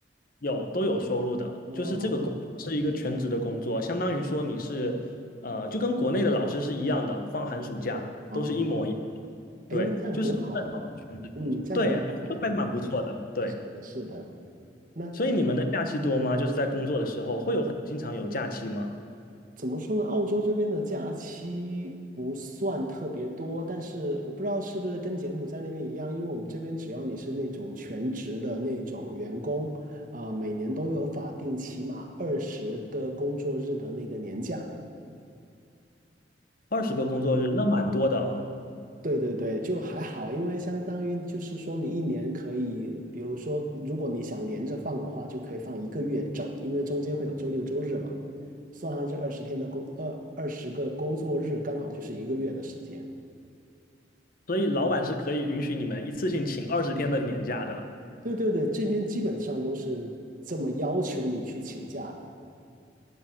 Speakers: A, on the left (about 50°); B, on the right (about 45°).
A: 有都有收入的。
B: 哦
A: 就是这个工作是一个全职的工作，相当于说你是呃，就跟国内的老师是一样的，放寒暑假都是一模一样的。
B: 哦，哎，
A: 对，
B: 那这样很好哎，
A: 就是全职工作，
B: 嗯，这样很好哎，
A: 对，还蛮蛮不错的，对。
B: 是的，是的。那。
A: 所以你们的假期多吗？就是在工作的时候会有很经常有假期吗？
B: 怎么说呢？澳洲这边的假期不算特别多，但是我不知道是不是跟柬埔寨那边一样，因为我们这边只要你是那种全职的那种员工，啊、每年都有法定起码二十个工作日的那个年假。
A: 二十个工作日，那蛮多的哦。
B: 对对对，就还好，因为相当于就是说，你一年可以，比如说，如果你想连着放的话，就可以放一个月整，因为中间会有周六周日嘛，算上这二十天的工，二二十个工作日，刚好就是一个月的时间。
A: 所以老板是可以允许你们一次性请二十天的年假的。
B: 对对对，这边基本上都是这么要求你去请假的。